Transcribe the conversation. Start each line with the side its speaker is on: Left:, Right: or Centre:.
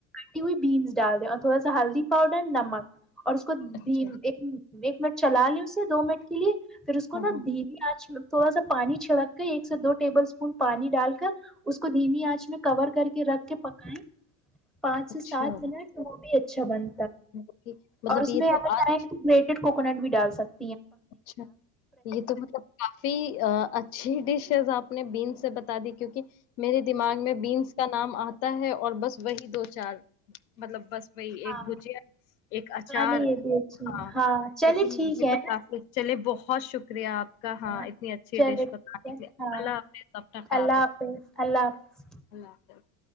Centre: ٹی ہوئی بیینس ڈال دیں اور تھوڑا سا ہلدی پاؤڈر نمک اور اس کو د
Left: اچھا
Centre: ایک ایک منٹ چلا لیں اسے دو منٹ کے لیے پھر اس کو
Left: ہاں
Centre: نا
Left: ہاں
Centre: دری آنج تھوڑا سا پانی چھڑک کے ایک سے دو ٹیبل اسپون پانی ڈال کر اس کو دھیمی آنچ میں کور کر کہ رکھ کے پکائیں پانچ
Left: اچھا
Centre: سے سات منٹ وہ بھی چھبن
Left: مطلب
Centre: اور اس
Left: یہ
Centre: میں
Left: تو
Centre: اگر
Left: آج
Centre: چاہیں کہ تو گٹڈ کوکنٹ بھی ڈال سک
Left: اچھا یہ تو مطلب کافی اچھی ڈش ہےز آپ اپنے بیین سے بتا دی کیونک میرے دماغ میں بیینس کا نام آتا ہے اور بس وہی دو چار مطلب بس بائی ایک
Centre: ہاں
Left: بجیا ایک اچار
Centre: ہاں نہیں یہ بھی اچھی
Left: ہاں
Centre: ہے۔ چلیے
Left: لیکن
Centre: ٹھیک
Left: یہ
Centre: ہے
Left: تو کافی چلیے بہت شکریہ آپ کا کا ہاں
Centre: نا
Left: اتنی اچھی
Centre: چلے
Left: ڈش
Centre: ٹھیک
Left: بتے
Centre: ہے
Left: اللہ
Centre: ہاں
Left: حافظب کا خیال
Centre: اللہ
Left: رکھے
Centre: حافظ اللہ حافظ
Left: اللہ حافظ